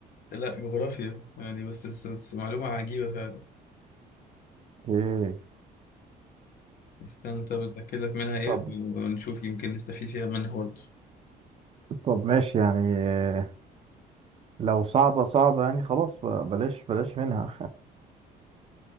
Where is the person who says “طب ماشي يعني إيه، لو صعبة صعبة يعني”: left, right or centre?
Right